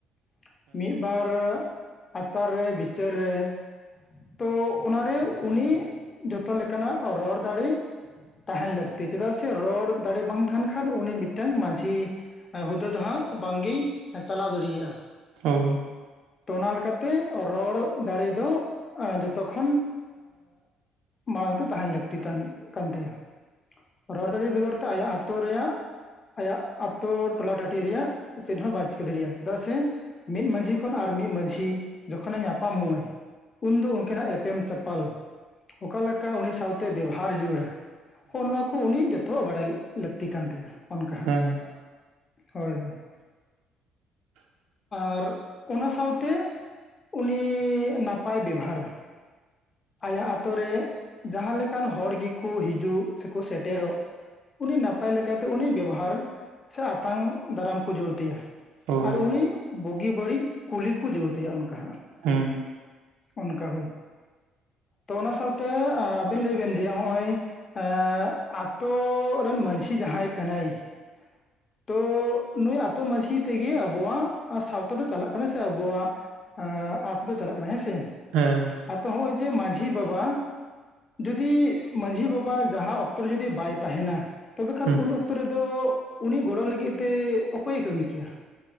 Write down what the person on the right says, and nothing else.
ᱦᱳᱭ
ᱦᱮᱸ
ᱦᱳᱭ,
ᱦᱩᱸ,
ᱦᱮᱸ
ᱦᱩᱸ᱾